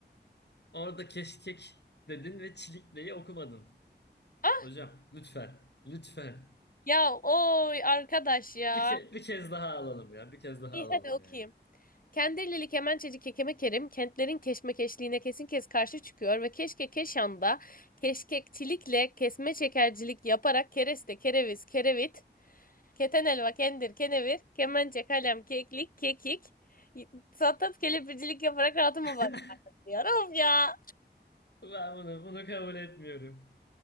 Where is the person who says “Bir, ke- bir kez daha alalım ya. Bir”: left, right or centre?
Left